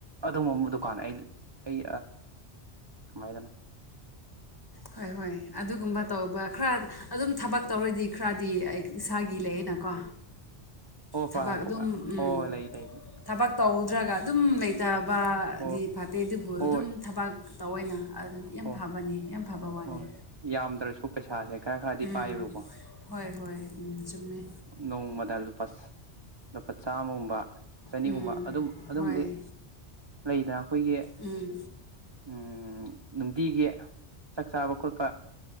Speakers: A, on the right; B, on the left.
A: ꯑꯗꯨꯝꯕ ꯗꯨꯀꯥꯟ ꯑꯩ ꯑꯩ ꯀꯃꯥꯏꯅꯗꯅꯣ
B: ꯍꯣꯏ ꯍꯣꯏ ꯑꯗꯨꯒꯨꯝꯕ ꯇꯧꯕ ꯈꯔ ꯑꯗꯨꯝ ꯊꯕꯛ ꯇꯧꯔꯗꯤ ꯈꯔꯗꯤ ꯑꯩ ꯏꯁꯥꯒꯤ ꯂꯩꯌꯦꯅꯀꯣ
A: ꯍꯣꯏ
B: ꯊꯕꯛ ꯑꯗꯨꯝ ꯎꯝ
A: ꯍꯣꯏ ꯂꯩ ꯂꯩ ꯂꯩ
B: ꯊꯕꯛ ꯇ ꯑꯗꯨꯝ ꯂꯩꯇꯕꯗꯤ
A: ꯍꯣꯏ
B: ꯐꯠꯇꯦ ꯑꯗꯨꯕꯨ
A: ꯍꯣꯏ
B: ꯑꯗꯨꯝ ꯊꯕꯛ ꯇꯧꯑꯣꯏꯅ ꯑꯗꯨ ꯌꯥꯝ
A: ꯍꯣꯏ
B: ꯐꯕꯅꯤ ꯌꯥꯝ ꯐꯕ ꯋꯥꯅꯤ
A: ꯍꯣꯏ ꯌꯥꯝꯗ꯭ꯔꯁꯨ ꯄꯩꯁꯥꯁꯦ ꯈꯔ ꯈꯔꯗꯤ
B: ꯎꯝ
A: ꯄꯥꯏꯌꯦꯕꯀꯣ
B: ꯍꯣꯏ ꯍꯣꯏ ꯎꯝ ꯆꯨꯝꯃꯦ
A: ꯅꯣꯡꯃꯗ ꯂꯨꯄꯥ ꯂꯨꯄꯥ ꯆꯥꯝꯃꯒꯨꯝꯕ ꯆꯅꯤꯒꯨꯝꯕ
B: ꯎꯝ
A: ꯑꯗꯨꯝ ꯑꯗꯨꯝꯕꯗꯤ
B: ꯍꯣꯏ
A: ꯂꯩꯗꯅꯥ ꯑꯩꯈꯣꯏꯒꯤ
B: ꯎꯝ
A: ꯎ ꯅꯨꯡꯇꯤꯒꯤ ꯆꯥꯛ ꯆꯥꯕ ꯈꯣꯠꯄ